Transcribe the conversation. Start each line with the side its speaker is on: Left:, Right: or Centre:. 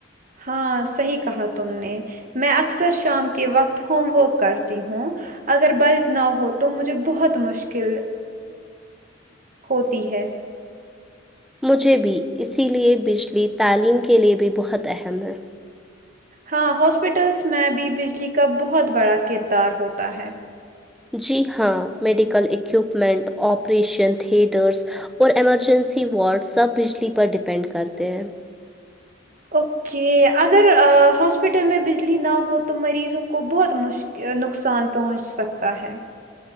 Right: ہاں صحیح کہا تم نے میں اکثر شام کے وقت ہوم ورک کرتی ہوں اگر بلب نہ ہو تو مجھے بہت مشکل ہوتی ہے
Centre: مجھے بھی اسی لیے بجلی تعلیم کے لیے بھی بہت اہم ہے
Right: ہاں ہاسپٹلس میں بھی بجلی کا بہت بڑا کردار ہوتا ہے
Centre: جی ہاں میڈیکل اکیوپمنٹ آپریشن تھیٹرس اور ایمرجنسی وارڈ سب بجلی پر ڈیپینڈ کرتے ہیں
Right: اوکے اگر ہاسپٹل میں بجلی نہ ہو تو مریضوں کو بہت مش نقصان پہنچ سکتا ہے